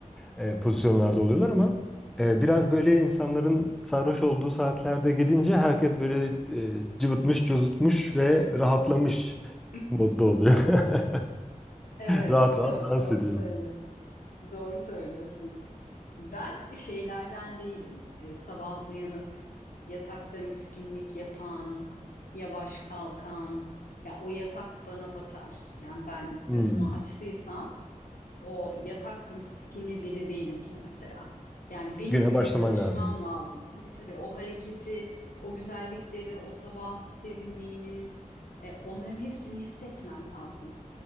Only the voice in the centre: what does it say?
e, pozisyonlarda oluyorlar ama e, biraz böyle insanların sarhoş olduğu saatlerde gidince herkes böyle e, cıvıtmış, cozutmuş ve rahatlamış
modda oluyor. <laughs>
Rahat rahat
dans
ediyor.
Hmm.
Güne
başlaman
lazım.